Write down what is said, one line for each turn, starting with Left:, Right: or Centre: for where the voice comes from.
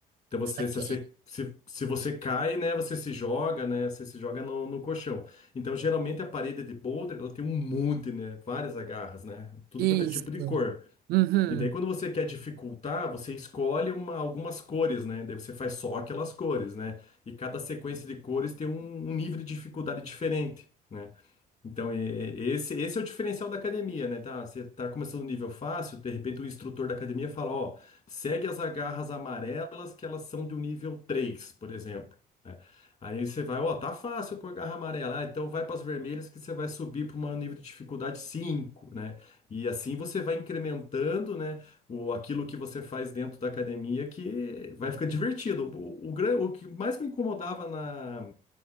Left: Então você,
Right: saquei.
Left: se você, se, se você cai, né, você se joga, né, você se joga no, no colchão. Então geralmente a parede de Boulder, ela tem um monte, né, várias agarras, né, tudo
Right: Isso.
Left: quanto é tipo de cor.
Right: Uhum.
Left: E daí quando você quer dificultar, você escolhe uma, algumas cores, né, daí você faz só aquelas cores, né, e cada sequência de cores tem um, um nível de dificuldade diferente. né? Então, e- e- esse, esse é o diferencial da academia, né? Tá, você tá começando no nível fácil, de repente o instrutor da academia fala, ó, segue as agarras amarelas que elas são do nível três por exemplo. né? Aí você vai, ó, tá fácil com a garra amarela, ah, então vai para as vermelhas que você vai subir para um nível de dificuldade cinco né? E assim você vai incrementando, né, o, aquilo que você faz dentro da academia que vai ficando divertido. O, o, gran- o que mais me incomodava na